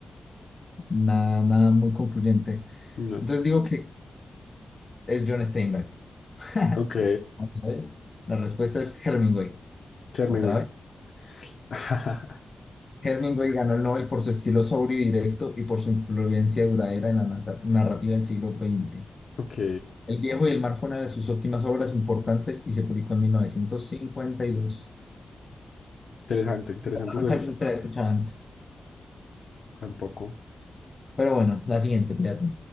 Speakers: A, on the left; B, on the left.
A: nada, nada muy concluyente.
B: no
A: Entonces
B: sé.
A: digo que es John Steinbeck. <laughs>
B: Ok,
A: Vamos a ver. La respuesta es Hemingway.
B: Charming,
A: ¿Otra
B: güey.
A: vez?
B: <laughs>
A: Hemingway ganó el Nobel por su estilo sobrio y directo y por su influencia duradera en la narra- narrativa del siglo XX.
B: Ok,
A: El viejo y el mar fue una de sus últimas obras importantes y se publicó en 1952.
B: interesante, interesantes
A: Nunca,
B: dos.
A: nunca la he escuchado antes.
B: Tampoco.
A: Pero bueno, la siguiente, fíjate.